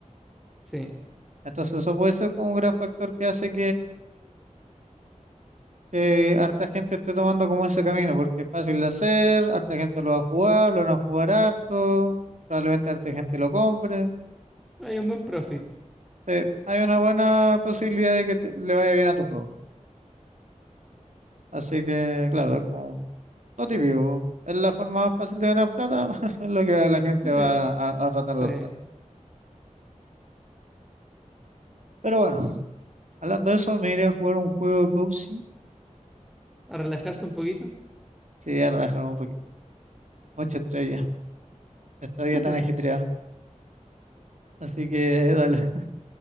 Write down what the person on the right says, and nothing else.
Entonces eso puede ser como un gran factor que hace que harta gente esté tomando como ese camino, porque es fácil de hacer, harta gente lo va a jugar, lo van a jugar harto, probablemente harta gente lo compre.
Sí, hay una buena posibilidad de que te- le vaya bien a tu juego. Así que, claro, es como lo típico. Es la forma más fácil de ganar plata, <laughs> es lo que la gente
va a, a tratar
de adoptar. Pero bueno, hablando de eso, me iré a jugar un juego cozy.
Sí, a relajarme un poquito. Mucha estrella. Esta vida
tan ajetreada. Así que dale, <laughs>